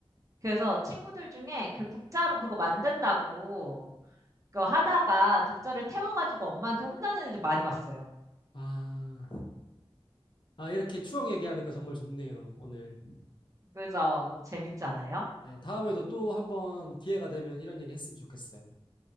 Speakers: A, on the right (about 35°); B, on the left (about 55°).
A: 그래서 친구들 중에 그 국자로 그거 만든다고 그거 하다가 국자를 태워가지고 엄마한테 혼나는 애들 많이 봤어요.
B: 아. 아, 이렇게 추억 얘기하니까 정말 좋네요, 오늘.
A: 그죠? 너무 재밌지 않아요?
B: 네, 다음에도 또 한번 기회가 되면 이런 얘기 했으면 좋겠어요.